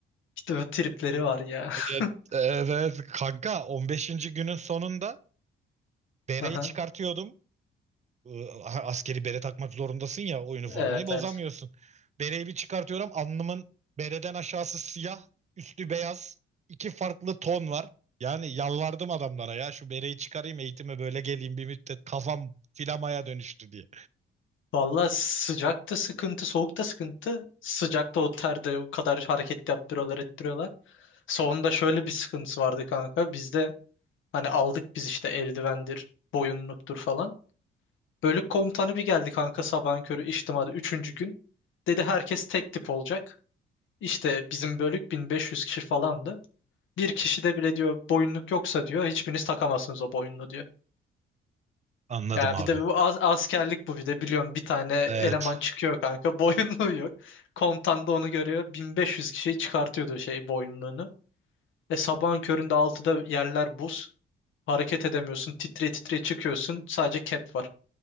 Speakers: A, on the left; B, on the right.
A: İşte bu tripleri var ya.
B: Evet,
A: <laughs>
B: evet kanka 15. günün sonunda bereyi
A: Aha.
B: çıkartıyordum. e, askeri bere takmak zorundasın ya o üniformayı
A: Evet
B: bozamıyorsun.
A: evet.
B: Bereyi bir çıkartıyorum alnımın bereden aşağısı siyah üstü beyaz iki farklı ton var. Yani yalvardım adamlara ya şu bereyi çıkarayım eğitime böyle geleyim bir müddet kafam filamaya dönüştü diye.
A: Valla sıcakta sıkıntı, soğukta sıkıntı. Sıcakta o terde o kadar hareket yaptırıyorlar, ettiriyorlar. Soğunda şöyle bir sıkıntısı vardı kanka. Bizde hani aldık biz işte eldivendir, boyunluktur falan. Bölük komutanı bir geldi kanka sabahın körü içtimada üçüncü gün. Dedi herkes tek tip olacak. İşte bizim bölük 1500 kişi falandı. Bir kişi de bile diyor boyunluk yoksa diyor hiçbiriniz takamazsınız o boyunluğu diyor.
B: Anladım
A: Ya
B: abi.
A: bir de bu as- askerlik bu bir de biliyorum bir tane eleman
B: Evet.
A: çıkıyor kanka <laughs> boyunluğu yok. Komutan da onu görüyor 1500 kişiyi çıkartıyordu şey boyunluğunu. E sabahın köründe altıda yerler buz. Hareket edemiyorsun titre titre çıkıyorsun sadece cap var.